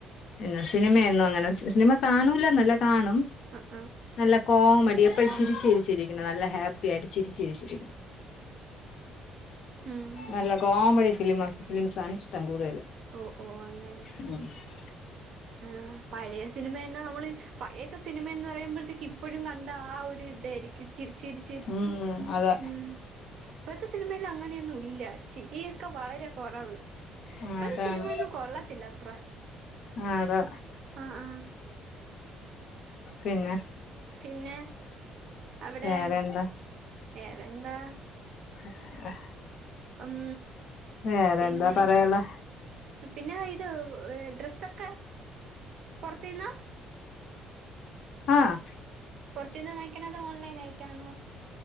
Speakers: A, on the left; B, on the right.
A: പിന്നെ സിനിമയന്നും അങ്ങനെ സിനിമ കാണൂല എന്നല്ല കാണും.
B: ആ ആ
A: നല്ല കോമഡി എപ്പോഴും
B: കോമഡി
A: ചിരിച്ചിരിച്ചിരിക്കണം, നല്ല ഹാപ്പി ആയിട്ട് ചിരിച്ചിരിച്ചിരിക്കണം.
B: ഉം
A: നല്ല കോമഡി ഫിലിമ ഫിലിംസാണ് ഇഷ്ടം കൂടുതൽ.
B: ഓ ഓ അങ്ങനെ
A: <unintelligible>
B: ആ പഴയ സിനിമ തന്നെ നമ്മൾ പഴയൊക്കെ സിനിമ എന്ന് പറയുമ്പോഴത്തേക്ക് ഇപ്പോഴും ക ണ്ടാ ഒരു ഇതായിരിക്കും, ചിരി ച്ചിരി ച്ചിരിച്ച്
A: ഉം അതെ
B: ഉം. ഇപ്പഴത്തെ സിനിമല് അങ്ങനെയൊന്നും ഇല്ല ചിരിയൊക്കെ വളരെ കുറവ്.
A: ആ
B: ഇപ്പഴത്തെ
A: അതാണ്
B: സിനിമയൊന്നും കൊള്ളത്തില്ല അത്ര
A: ആ അതാ.
B: ആഹ് ആഹ്.
A: പിന്നെ
B: പിന്നെ അവിടെ
A: വേറെന്താ
B: വേറെ എന്താ
A: ആഹ്
B: ഉം
A: വേറെ
B: പിന്നെ
A: എന്താ പറയാള്ളെ
B: പിന്നെ അ ഇത് ഡ്രസ്സൊക്കെ പൊറതീന്നാ
A: ആഹ്
B: പൊർത്ത്ന്ന വാങ്ങിക്കണ അതോ ഓൺലൈൻ ആയിട്ടാണോ